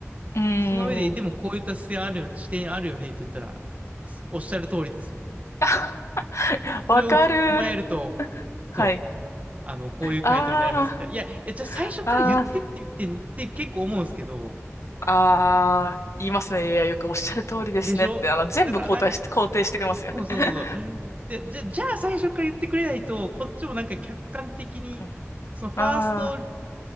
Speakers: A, on the left; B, on the right.
A: うーん。
B: その上で、でもこういった視点あるよ、視点あるよねって言ったら、すおっしゃる通りですみたいな。
A: <laughs>
B: それを踏まえると、
A: わかる。はい。
B: そう、あの、こういう回答になりますみたいな。
A: あ
B: いや、いや、じゃあ最初から言ってって言って、
A: あ、ああ、
B: って結構思うんですけど、
A: ああ、言いますね。
B: そう
A: いや、よくおっしゃる通りですねって、
B: でしょだからなん
A: あの、全部肯定して、肯定してくれますよね。
B: そうそうそうそう。
A: <laughs>
B: で、じゃ、じゃあ最初から言ってくれないと、こっちもなんか客観的に、
A: うん
B: そのファースト
A: ああ、